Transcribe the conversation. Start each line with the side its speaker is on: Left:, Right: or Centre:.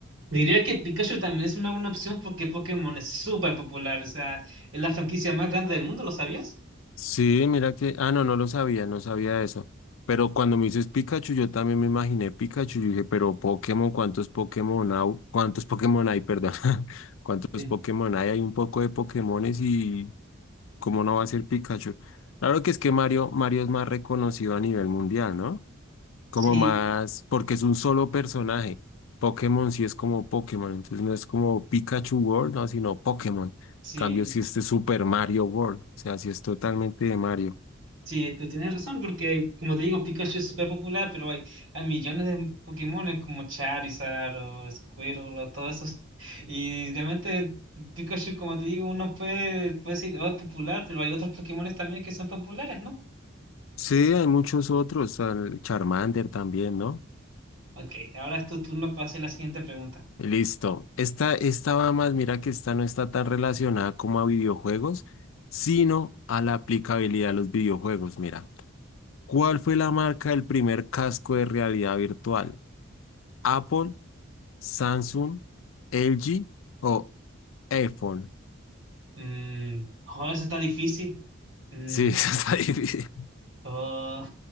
Right: diría que Pikachu también es una buena opción porque Pokémon es súper popular, o sea, es la franquicia más grande del mundo, ¿lo sabías?
Left: Sí, mira que, ah, no, no lo sabía, no sabía eso. Pero cuando me dices Pikachu, yo también me imaginé Pikachu. Yo dije, pero Pokémon, ¿cuántos Pokémon hay? ¿Cuántos Pokémon hay? Perdón. <laughs> ¿Cuántos
Right: Sí.
Left: Pokémon hay? Hay un poco de Pokémones y ¿cómo no va a ser Pikachu? Claro que es que Mario, Mario es más reconocido a nivel mundial, ¿no? como
Right: Sí,
Left: más, porque es un solo personaje. Pokémon sí es como Pokémon, entonces no es como Pikachu World, no, sino Pokémon. En
Right: sí,
Left: Cambio si este es Super Mario World, o sea, si es totalmente de Mario.
Right: sí, tú tienes razón porque, hay- como te digo, Pikachu es súper popular, pero hay, hay millones de Pokémones como Charizard o Squirtle o todo eso, <laughs> y realmente Pikachu, como te digo, uno puede, puede decir, oh, es popular, pero hay otros Pokémones también que son populares, ¿no?
Left: Sí, hay muchos otros, el Charmander también, ¿no?
Right: Ok, ahora es tu turno para hacer la siguiente pregunta.
Left: Listo. Esta, esta va más, mira que esta no está tan relacionada como a videojuegos, sino a la aplicabilidad de los videojuegos. Mira, ¿cuál fue la marca del primer casco de realidad virtual? ¿Apple? Samsung, LG o iPhone.
Right: Mm, joder, eso está difícil. Mm,
Left: Sí, <laughs> eso está difícil.
Right: oh,